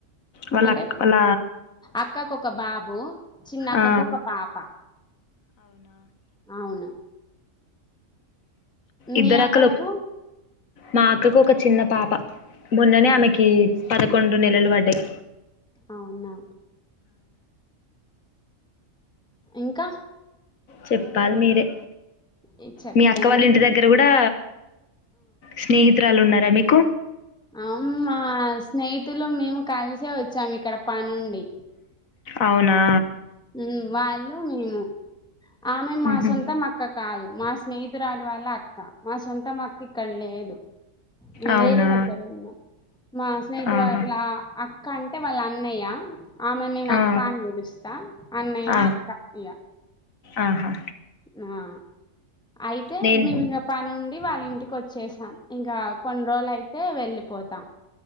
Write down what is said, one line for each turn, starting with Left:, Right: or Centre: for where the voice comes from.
Left: వాళ్ళ
Centre: అంటే
Left: అక్క వాళ్ళ
Centre: అక్కకు ఒక బాబు చిన్నక్కకు
Left: ఆ!
Centre: ఒక పాప అవును మీ
Left: ఇద్దర
Centre: అక్కకు
Left: అక్కలు నా అక్కకు ఒక చిన్న పాప మొన్ననే
Centre: హ్మ్.
Left: ఆమెకి పదకొండు నెలలు బడ్డయి
Centre: అవునా ఇంకా
Left: చెప్పాల్ మీరే
Centre: ఏ చెప్తానే
Left: మీ అక్క వాళ్ళ ఇంటి
Centre: ఉన్నాను
Left: దగ్గర కూడా స్నేహితురాల్లు ఉన్నారా మీ
Centre: ఆమ్ మా స్నేహితులం మేము కలిసే వచ్చాం ఇక్కడ పనుండి
Left: అవునా
Centre: ఊ వాళ్ళు మేము ఆమె మా
Left: మ్హూ.
Centre: సొంతం అక్క కాదు మా స్నేహితురాలు వాళ్ళ అ క్క మా సొంతమ ఇక్కడలేదు మేము
Left: అవునా
Centre: వేరే దగ్గర ఉన్నాం మా స్నేహితు
Left: ఆహా
Centre: వాళ్ళ అక్ కంటె వాళ్ళ అన్నయ్య ఆమెను నేను అక్కా
Left: ఆ,
Centre: అని పిలుస్తా అన్నయ
Left: ఆ,
Centre: అక్క ఇగ
Left: ఆహా
Centre: ఆ అయితే
Left: నేను
Centre: మేము ఇంగ పనుండి వాల్ ఇంటికి వొచ్చేసాం ఇంకా కొన్ని రోజులు అయితే వెళ్లిపోతాం